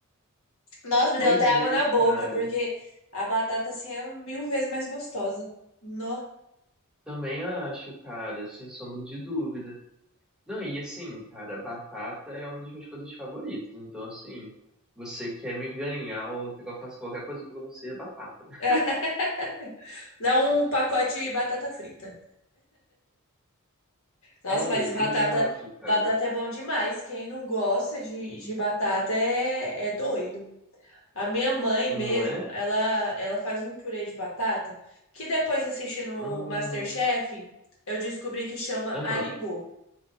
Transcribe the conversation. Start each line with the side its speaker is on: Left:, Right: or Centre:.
Left: Nossa, me
Centre: Pois
Left: deu até água
Centre: é,
Left: na
Centre: cara.
Left: boca, porque a batata, assim, é mil vezes mais gostosa. No.
Centre: Também acho, cara, sem sombra de dúvida. Não, e assim, cara, batata é uma das minhas coisas favoritas. Então, assim, você quer me ganhar ou quer que eu faça qualquer coisa pra você, é batata. né?
Left: <laughs> Dá um pacote de batata frita. Nossa,
Centre: É,
Left: mas batata,
Centre: exato, cara.
Left: batata é bom demais. Quem não gosta de, de batata é, é doido. A minha mãe
Centre: Não
Left: mesmo,
Centre: é?
Left: ela, ela faz um purê de batata que depois assistindo o
Centre: Hum,
Left: MasterChef, eu descobri que chama
Centre: aham.
Left: aligot